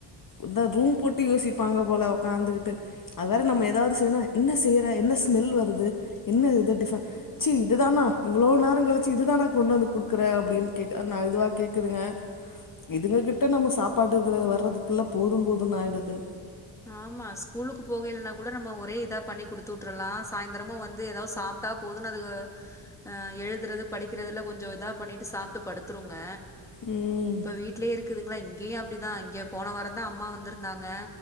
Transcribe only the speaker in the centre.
ஆமா ஸ்கூலுக்கு போக இல்லன்னா கூட நம்ம ஒரே இதா பண்ணி குடுத்து உட்ரலா சாயந்தரமு வந்து ஏதாவ் சாப் ட்டா போதுன்னு அதுக ஆ எழுதுறது படிக்கிறதுல கொஞ்சோ இதா பண்ணிட்டு சாப்ட்டு படுத்துருங்க
இப்ப வீட்லயே இருக்குதுங்ளா இங்கயு அப்டிதா இங்க போன வாரந்தா அம்மா வந்துருந்தாங்க